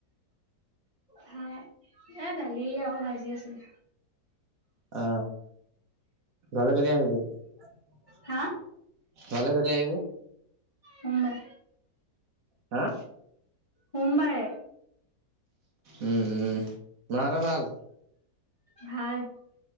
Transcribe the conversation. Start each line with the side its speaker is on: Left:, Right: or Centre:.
Left: ভাত এ দালি আৰু ভাজি আছিল?
Right: অ অ ঘৰলে কেতিয়া আহিবি ঘৰলে
Left: হা
Right: কেতিয়া আহিবি?
Left: মুম্বাই।
Right: হা
Left: মুম্বাই?
Right: উম উম মাহত ভাল।
Left: ভাল।